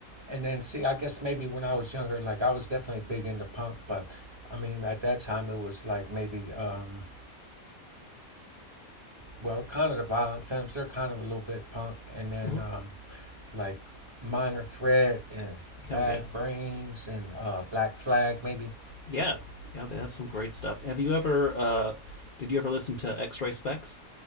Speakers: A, on the right; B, on the left.
A: And then, see, I guess maybe when I was younger, like I was definitely big into punk, but I mean, at that time, it was like maybe, um, well, kind of the violent femmes, they're kind of a little bit punk, and then
B: hmm
A: um, like Minor Threat and Bad
B: Oh yeah,
A: Brains and uh, Black Flag, maybe.
B: yeah, yeah. That's some great stuff. Have you ever? Uh, did you ever listen to X Ray Specs?